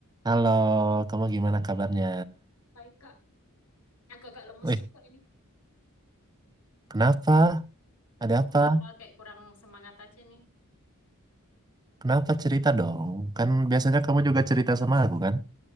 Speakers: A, on the right; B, on the left.
A: Halo, kamu gimana kabarnya?
B: Baik, Kak. Agak-agak lemes
A: Wih,
B: juga ini.
A: kenapa? Ada apa?
B: Gak apa-apa, kayak kurang semangat aja nih.
A: Kenapa cerita dong? Kan biasanya kamu juga cerita sama aku kan?